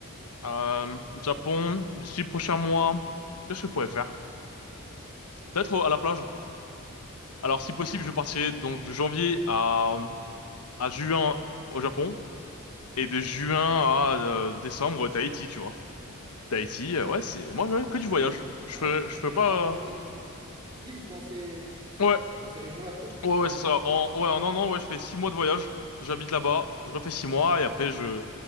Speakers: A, on the left; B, on the right.
A: euh, Japon, d'ici le prochain mois. Qu'est-ce que je pourrais faire? Peut-être euh, à la plage. Alors, si
B: Ok.
A: possible, je partirai donc de janvier à, à juin au Japon et de juin à euh, décembre, Tahiti, tu vois. Tahiti, euh, ouais, c'est moi ouais, que du voyage.
B: Hmm.
A: Je
B: Ah
A: fais,
B: ouais,
A: je
B: tu
A: fais
B: irais
A: pas.
B: carrément limite vivre dans ces,
A: euh, Ouais,
B: dans ces régions-là, quoi.
A: ouais, ouais, c'est ça. En, ouais, en un an, ouais, je fais six mois de voyage. J'habite là-bas, je refais six mois et après je,